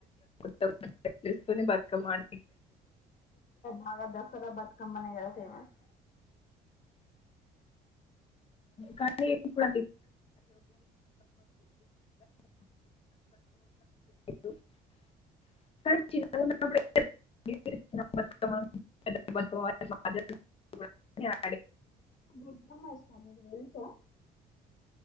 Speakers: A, on the left (about 35°); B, on the left (about 50°).
A: <unintelligible> స్తని బతుకమ్మని
B: మాగా దసరా బతుకమ్మన్ వ ఫేమస్
A: కానీప్పు <inaudible> చి <inaudible>
B: బధ మ సార్ <unintelligible> ప్ప